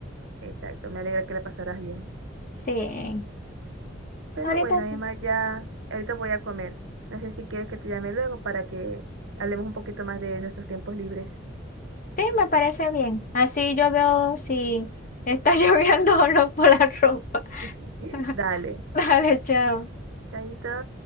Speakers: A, on the right; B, on the left.
A: Exacto, me alegra que la pasaras bien.
B: Sí,
A: Pero
B: ahorita
A: bueno, además
B: sí.
A: ya ahorita voy a comer. No sé si quieres que te llame luego para que hablemos un poquito más de nuestros tiempos libres.
B: Sí, me parece bien. Así yo veo si está <laughs> lloviendo o no por la ropa.
A: <laughs>
B: <laughs>
A: Dale.
B: Dale, chao.
A: Chaito.